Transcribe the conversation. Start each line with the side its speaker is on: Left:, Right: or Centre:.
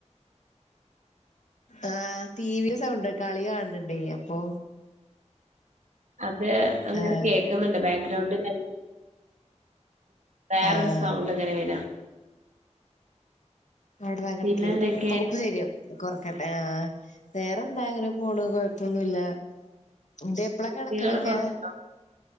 Left: ആ ടിവിടെ സൗണ്ട് കളി കാണ് ണ്ടെ അപ്പൊ
Right: അത് അങ്ങനെ
Left: ആഹ്
Right: കേക്ന്ന്ണ്ട് ബേൻഗ്രൗണ്ടായി വേറൊരു
Left: ആഹ്
Right: സൗണ്ട് ങ്ങനെ വരാ
Left: <unintelligible> കട്ക്കെ
Right: പിന്നെ എന്തൊക്കെ
Left: ഇപ്പൊ ഇപ്പ ശരിയാവും കൊറക്കട് ആ വേറെ ന്താ അങ്ങനെ പോണ് കൊഴപ്പൊന്നുല്ല ജ്ജ് എപ്പളാ
Right: കുട്ടികളൊക്കെ
Left: കട്ക്കലൊക്കെ
Right: ഉറങ്ങിയോ?